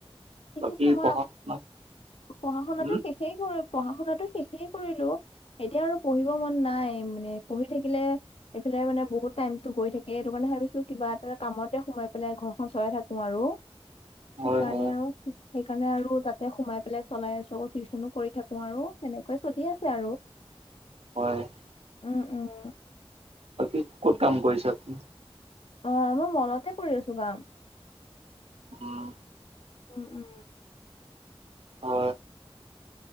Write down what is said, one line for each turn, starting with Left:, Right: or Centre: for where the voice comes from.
Left: ঠিক
Right: বাকী
Left: আছে মই
Right: পঢ়া শুনা
Left: পঢ়া শুনা
Right: উম
Left: শেষেই কৰি পঢ়া শুনা টো শেষেই কৰিলো। এতিয়া আৰু পঢ়িব মন নাই মানে পঢ়ি থাকিলে। এইফালে মানে বহুত টাইমতটো গৈ থাকে এইটো কাৰণে ভাবিছো কিবা এটা কামতে। সোমাই পেলাই ঘৰখন চলাই থাকো আৰু সেইকাৰণে।
Right: হয় হয়
Left: সেইকাৰণে আৰু তাতে সোমাই পেলাই চলাই আছো আকৌ টিউচনো কৰি থাকো আৰু এনেকুৱেই চলি আছে আৰু।
Right: হয়
Left: উম উম <inaudible>
Right: বাকী ক'ত কাম কৰিছে আপুনি।
Left: অ মই মনতে কৰি আছো কাম।
Right: অঁ।
Left: উম উম।
Right: অ।